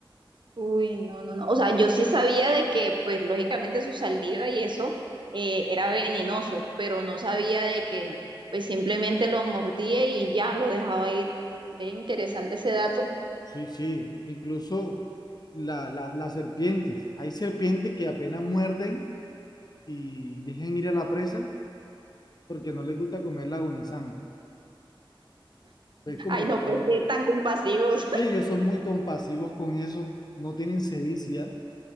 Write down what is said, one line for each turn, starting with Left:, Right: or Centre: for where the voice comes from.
Right: Uy, no, no, no. O sea, yo sí sabía de que, pues, lógicamente su saliva y eso eh, era venenoso, pero no sabía de que, pues, simplemente lo mordía y ya lo dejaba ir. Ve interesante ese dato.
Left: Sí, sí, incluso la- la- las serpientes. Hay serpientes que apenas muerden y dejan ir a la presa porque no les gusta comer la agonizante. Pues como
Right: Ay, no, pues,
Left: que ellos,
Right: qué tan compasivos.
Left: que ellos son muy compasivos con eso, no tienen sevicia